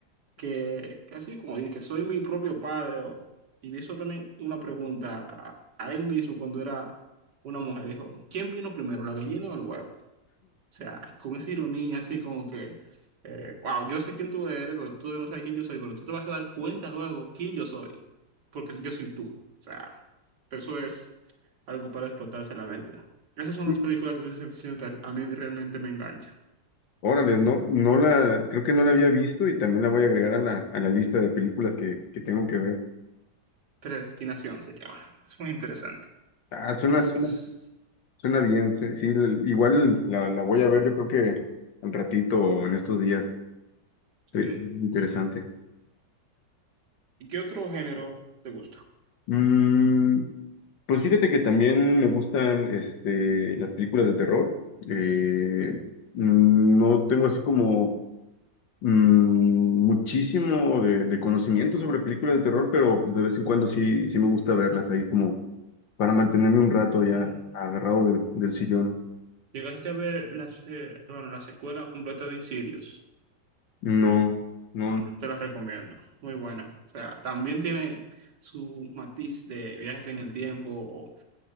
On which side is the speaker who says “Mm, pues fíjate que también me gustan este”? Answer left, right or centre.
Left